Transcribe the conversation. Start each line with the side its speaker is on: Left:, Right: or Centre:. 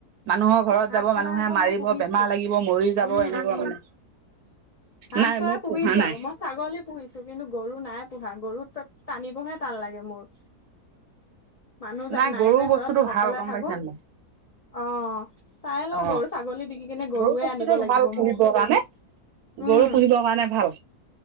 Right: মানুহৰ ঘৰত
Left: হাঁহ
Right: যাব
Left: চৰাই
Right: মানুহ।
Left: আকৌ
Right: মাৰিব
Left: মই পুহিছো
Right: বেমাৰ লাগিব মৰি যাব
Left: উম
Right: এনেকুৱা
Left: উম উম
Right: মানে।
Left: হাঁহ
Right: নাই
Left: চৰা
Right: মই
Left: পুহিছো
Right: পোহা নাই
Left: আক মই ছাগলী পুহিছো কিন্তু গৰু নাই। পোহা গৰু টানিবহে টান লাগে মোৰ। মানুহ
Right: নাই গৰু
Left: যে
Right: বস্তুটো
Left: ঘৰত মই অকলে
Right: ভাল গম
Left: থাকো
Right: পাইছ ন নাই।
Left: অ চাই লওঁ
Right: অ
Left: গৰু ছাগলী বিকি কিনে গৰুৱে
Right: গৰু বস্তুটো
Left: আনিব লাগিব
Right: ভাল ফুহিব
Left: মোৰ
Right: কাৰণে।
Left: উম
Right: গৰু পুহিবৰ কাৰণে ভাল